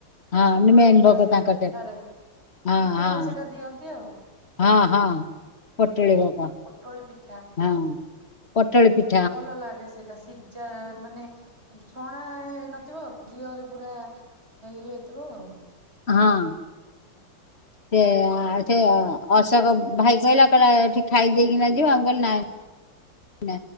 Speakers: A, on the left; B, on the right.
A: ହଁ
B: ପୋଟଳି
A: ମେନ୍
B: ପିଠା
A: ଭୋଗ
B: ସେ
A: ତାଙ୍କର
B: ପିଠାରେ
A: ସେଟା ହଁ
B: ପିଠାରେ
A: ହଁ
B: ସେଇଟା ଦିଅନ୍ତି ଆଉ।
A: ହଁ ହଁ ପୋଟଳି ଭୋଗ।
B: ପୋଟଳି ପିଠା
A: ହଁ ପୋଟଳି ପି
B: ଭଲ ଲାଗେ ସେଇଟା ସି ଯା ମାନେ ଛଣା ହେଇନଥିବ ଘିଅରେ ପୁରା ହେଇ ହେଇଥିବ ଆଉ।
A: ହଁ। ସେ
B: ପୋଟଳ
A: ସେ
B: ପିଠା
A: ଅଶୋକ ଭାଇ କହିଲା କହିଲା ଏଠି ଖାଇଦେଇକିନା ଯିବା ଆମ କହିଲି ନାଇଁ। ନା